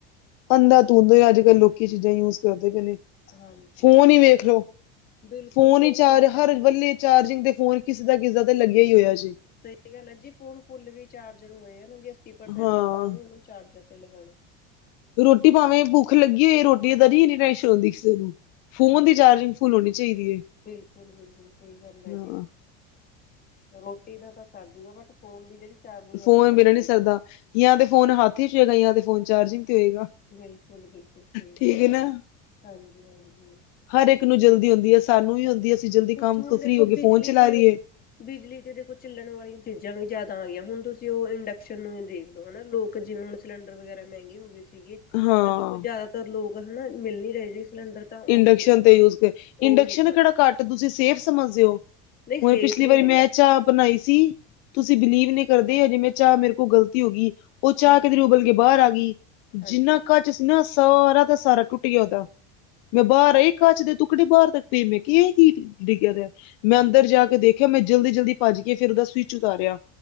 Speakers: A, on the left; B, on the left.
A: ਪੰਦਰਾਂ
B: ਹੈ
A: ਤੂੰਦ ਅੱਜ ਕੱਲ੍ਹ ਲੋਕੀ ਚੀਜ਼ਾਂ ਯੂਸ ਕਰਦੇ ਪਏ ਨੇ।
B: ਹਾਂਜੀ
A: ਫੋਨ ਹੀ ਵੇਖ ਲੋ,
B: ਬਿਲਕੁਲ
A: ਫੋਨ ਹੀ ਚਾਰ
B: ਦਾ ਤਾਂ ਖਹਿੜਾ
A: ਹਰ
B: ਹੀ ਨਹੀਂ
A: ਬੰਦੇ ਚ ਚਾਰਜਿੰਗ ਤੇ ਫੋਨ ਕਿਸੇ ਦਾ ਕਿਸੇ ਦਾ ਤੇ ਲੱਗਿਆ ਈ ਹੋਇਆ ਜੀ।
B: ਸਈ ਗੱਲ ਆ ਜੀ ਫੋਨ ਫੁੱਲ ਵੀ ਚਾਰਜਰ ਹੋਏਗਾ ਨਾ ਜੀ ਅੱਸੀ ਪਰਸੈਂਟ
A: ਹਾਂ
B: ਤਾ ਵੀ ਓਨੂੰ ਚਾਰਜਰ ਤੇ ਲਗਾਣਾ।
A: ਰੋਟੀ ਭਾਵੇਂ ਭੁੱਖ ਲੱਗੀ ਹੋਈ ਆ ਰੋਟੀ ਦੀ ਨਈ ਐਨੀ ਟੈਂਸ਼ਨ ਹੁੰਦੀ ਕਿਸੇ ਨੂੰ। ਫੋਨ
B: ਹਾਂਜੀ
A: ਦੀ ਚਾਰਜਿੰਗ ਫੁੱਲ ਹੋਣੀ ਚਾਈਦੀ ਐ,
B: ਬਿਲਕੁਲ ਬਿਲਕੁਲ ਸਹੀ ਗੱਲ ਹੈ
A: ਹਾਂ।
B: ਜੀ ਰੋਟੀ ਦਾ ਤਾਂ ਸਰਜੂਗਾ ਬਟ ਫੋਨ ਦੀ ਜੇੜੀ ਚਾਰਜਿੰਗ
A: ਫੋਨ
B: ਆ ਤਾਂ ਭੁੱਲ
A: ਮਿਲ
B: ਕ
A: ਨੀ ਸਕਦਾ ਜਾਂ ਫੋਨ ਹੱਥ ਚ ਹੋਏਗਾ ਜਾਂ ਤੇ ਫੋਨ ਚਾਰਜਿੰਗ ਤੇ ਹੋਏਗਾ।
B: ਬਿਲਕੁਲ-ਬਿਲਕੁਲ ਸਈ
A: ਠੀਕ
B: ਗੱਲ
A: ਹੈ ਨਾ
B: ਹਾਂਜੀ-ਹਾਂਜੀ।
A: ਹਰ ਇੱਕ ਨੂੰ ਜਲਦੀ ਹੁੰਦੀ ਏ ਸਾਨੂੰ ਵੀ ਹੁੰਦੀ ਐ ਅਸੀਂ ਜਲਦੀ
B: ਕੁਛ
A: ਕੰਮ
B: ਹੁਣ
A: ਤੋਂ
B: ਦੇਖੋ
A: ਫਰੀ ਹੋ ਗਏ
B: ਬਿਜਲੀ
A: ਫੋਨ ਚਲਾ
B: ਤੇ
A: ਲਈਏ।
B: ਬਿਜਲੀ ਤੇ ਦੇਖੋ ਚੱਲਣ ਵਾਲੀਆਂ ਚੀਜ਼ਾਂ ਵੀ ਜ਼ਿਆਦਾ ਆ ਗਈਆਂ ਹੁਣ ਤੁਸੀਂ ਉਹ ਇੰਡਕਸ਼ਨ ਨੂੰ ਹੀ ਦੇਖ ਲਓ ਹਨਾ ਲੋਕ ਜਿਵੇਂ ਹੁਣ ਸਿਲੰਡਰ ਵਗੈਰਾ ਮੈਂਗੇ ਹੋਏ ਸੀ ਸੀਗੇ
A: ਹਾਂ
B: ਤਾਂ ਦੇਖੋ ਜਿਆਦਾਤਰ ਲੋਕ ਹਨਾ ਮਿਲ ਨ ਰਹੇ ਸੀ ਸਿਲੰਡਰ। ਤਾਂ ਉਹੀ
A: ਇੰਡਕਸ਼ਨ ਤੇ ਯੂਸ ਕਰ ਇੰਡਕਸ਼ਨ
B: ਉਹੀ ਵਰਤ
A: ਕੇੜਾ ਘੱਟ ਤੁਸੀਂ ਸੇਫ ਸਮਝਦੇ ਓ?
B: ਨਹੀਂ ਸੇਫ
A: ਉੲ ਪਿਛਲੀ
B: ਨਹੀਂ
A: ਵਾਰੀ
B: ਹੈਗਾ
A: ਮੈਂ ਚਾ ਬਣਾਈ ਸੀ, ਤੁਸੀਂ ਬਿਲੀਵ ਨੀ ਕਰਦੇ ਹੈਗੇ ਚਾ ਮੇਰੇ ਕੋਲ ਗ਼ਲਤੀ ਹੋ ਗੀ- - ਓ ਚਾ
B: ਹਾਂਜੀ
A: ਕਿੱਧਰੇ ਉਬਲ ਕੇ ਬਾਰ ਆ ਗਈ
B: ਹਾਂਜੀ
A: ਜਿੰਨਾ ਕੱਚ ਸੀ ਨਾ ਸਾਰਾ ਦਾ ਸਾਰਾ ਟੁੱਟ ਗਿਆ ਓਦਾ। ਮੈਂ
B: ਅੱਛਾ
A: ਬਾਰ
B: ਜੀ
A: ਆਈ ਕੱਚ ਦੇ ਤੁਕੜੇ ਬਾਰ ਤੱਕ ਪਈ ਮੈਂ ਕੇਆ ਏ ਕੀ ਡਿੱਗਿਆ ਪਇਆ ਮੈਂ ਅੰਦਰ ਜਾ ਕੇ ਦੇਖ ਖਿਆਂ ਮੈਂ ਜਲਦੀ -ਜਲਦੀ ਭੱਜ ਕੇ ਫਿਰ ਓਦਾ ਸਵਿੱਚ ਉਤਾਰਿਆ।